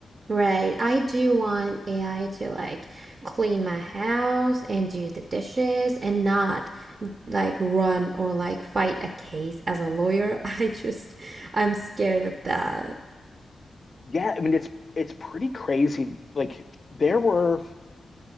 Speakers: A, on the right; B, on the left.
A: Right. I do want AI to like clean my house and do the dishes and not like run or like fight a case as a lawyer. <laughs> I just, I'm scared of that.
B: Yeah, I mean it's it's pretty crazy. Like there were,